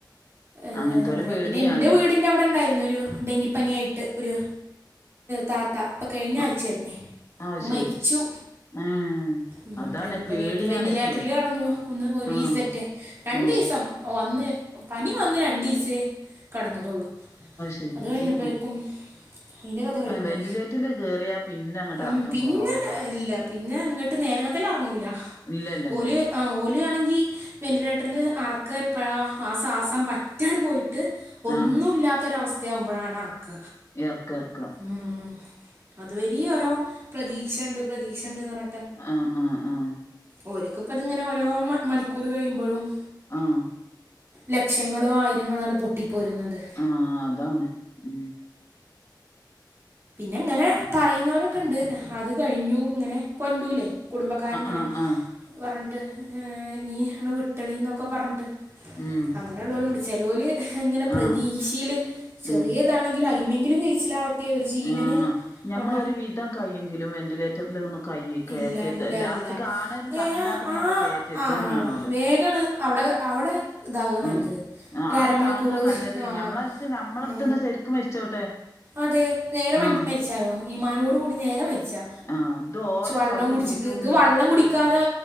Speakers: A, on the right; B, on the left.
A: ഏ
B: അങ്ങനത്തോലെ
A: അങ്ങനെ
B: പേടിയാണ്
A: പിന്നെന്റവീട് ൻ്റെ അവിടെണ്ടായിരുന്നു ഒരു ഡെങ്കിപ്പനിയായിട്ട് ഒരു താത്ത ഇപ്പൊ കഴിഞ്ഞ
B: അ
A: ആഴ്ച്ച ന്നേ
B: അത്
A: അ
B: ശരി
A: മരിച്ചു
B: ഏ
A: ഉ
B: അതാണ്
A: ടെങ്കിപ്പനായിട്ട്
B: പേടിയാണ്
A: വെന്റിലേറ്ററില്
B: ഇപ്പേ
A: കടന്നു ഒന്ന് ഒറീസറ്റെ
B: ആഹ്
A: രണ്ടീസം
B: ആഹ്
A: വന്ന് പനി വന്ന് രണ്ടീസേ കടന്നതള്ളു
B: ശരി
A: അത് കഴിഞ്ഞപ്പോയക്കും
B: ആ
A: അയിന്റെ കഥ കഴിഞ്ഞു
B: ആ വെന്റിലേറ്ററിൽ കേറിയാ പിന്നെ അങ്ങട്ട്
A: ഉം
B: എറക്കം
A: പിന്നെ
B: കൊറവാ
A: ഇല്ല പിന്നെ ഇങ്ങിട്ട് നേരങ്ങത്തില റങ്ങൂല
B: ഇല്ലല്ല
A: ഓല് ഓല ആണെങ്കിൽ വെന്റിലേറ്ററില് അറക്കപ്പഴാ ആസ് ശ്വാസം പറ്റാൻ പോയിട്ട് ഒന്നു
B: ആഹ്
A: ഇല്ലാത്തൊരവസ്ഥയാവുമ്പോഴാണറക്ക
B: ഇറക്കാ
A: ഉം അതുവരെ ഓരോ പ്രതീക്ഷണ്ട് പ്രതീക്ഷണ്ട്ന്ന് പറ
B: ആഹ ആഹ് ആഹ
A: ഓല്ക്ക്പ്പതിങ്ങനെ ഓരോ മണിക്കൂർ കഴിയുമ്പോഴും
B: ആഹ
A: ലക്ഷങ്ങളോ ആയിരങ്ങളാണ് പൊട്ടിപ്പോരുന്നത്
B: ആഹ അതാണ് ഉ
A: പിന്നെ ഇങ്ങനെ
B: ആഹ്
A: പറയുന്നവരൊക്കെണ്ട് അത് കഴിഞ്ഞു ഇങ്ങനെ കൊണ്ടരൂല്ലേ കുടുംബക്കാരിങ്ങനെ
B: ആഹ് ആഹ്
A: പറഞ്ഞിട്ട് ഏ ഇനി വിട്ടളി എന്നൊക്കെ പറഞ്ഞിട്ട്
B: ഉം
A: അങ്ങനെ ഉള്ളവരുണ്ട് ചിലോല് ഇങ്ങനെ പ്രതീക്ഷീല്
B: ആഹ്
A: ചെറിയതാണെങ്കിൽ
B: ഉം
A: അയിമെങ്കിലും കഴിച്ചിലാവട്ടെ ഒരു ജീവന്
B: ആ ഞമ്മളൊരു
A: പോണ്ട
B: വീതം കയ്യെങ്കിലും വെന്റിലേറ്റ ലേറ്ററി ലൊന്നു കൈ കയറ്റത്
A: ഇല്ല ഇല്ല
B: ലാസ്റ്റക്കാണ്ന്ന്
A: ഇല്ല ഏ
B: കണ്ടാ പിന്നെ
A: ആ
B: നമ്മൾ കയറ്റരുത്
A: ആ
B: എന്നാണല്ലോ
A: വേഗമാണ് അവിടെ അവിടെ ഇതാക
B: ആഹ്
A: നല്ലത്
B: ആഹ്
A: ഒരരമണിക്കൂറ്
B: അവിടെ താങ്ങാ നല്ലത്
A: ആ
B: ഞമ്മളടുത്ത് ഞമ്മളടുത്ത്ന്ന്
A: ആ
B: ശരിക്കും മരിച്ചോട്ടെ
A: അതെ നേരെ മരി
B: ആഹ്
A: മരിച്ചാലോ ഈമാനോട് കൂടി നേരെ മരിച്ചാ
B: ആഹ് ഇത് ഓലെ
A: വെള്ളം
B: ചവിട്ടും
A: കുടിച്ചിത്
B: കുത്തും
A: ഇത് വെള്ളം കുടിക്കാതെ